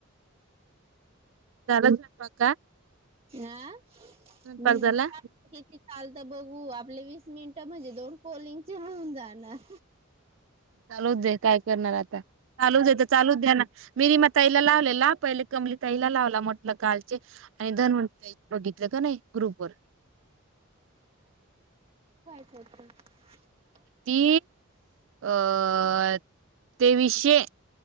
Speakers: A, on the right; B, on the right.
A: झाला स्वयंपाक?
B: ह चाल
A: स्वयंपाक
B: <unintelligible>
A: झाला?
B: आता बघू आपले वीस मिनिट म्हणजे दोन कॉलिंग चे होऊन जाणार.
A: चालूच दे काय करणार आता चालुदे तर चालू द्या ना <unintelligible> लावलेला- क तला लाव म्हट <unintelligible> आणि धन म्हण बघितलं का नाही ग्रुप वर
B: ततत <unintelligible>
A: ती अं.. तेवीसशे